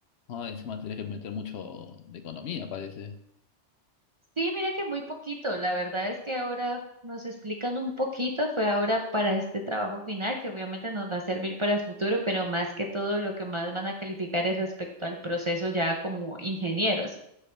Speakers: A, on the left; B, on the right.
A: Ay, encima tenés que meter mucho de economía, parece.
B: Sí, mira que muy poquito, la verdad es que ahora nos explican un poquito, fue ahora para este trabajo final, que obviamente nos va a servir para el futuro, pero más que todo lo que más van a calificar es respecto al proceso ya como ingenieros.